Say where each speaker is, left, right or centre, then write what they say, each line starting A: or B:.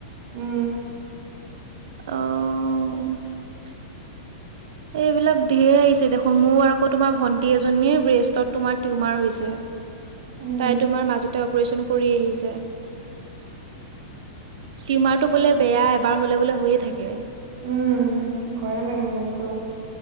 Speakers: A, on the right; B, on the right.
A: উম।
B: অ'। এইবিলাক ধঢেৰ আহিছে দেখোন মোৰ আকৌ তোমাৰ ভন্টি এজনীৰ ব্ৰেষ্টত তোমাৰ টিউমাৰ হৈছে।
A: উম
B: তাই তোমাৰ মাজতে অপাৰচন কৰি আহিছে। টিউমাৰতটো বোলে বেয়া এবাৰ হলে বোলে হয়ে থাকে।
A: উম, ভয়ে লাগে মোকতো।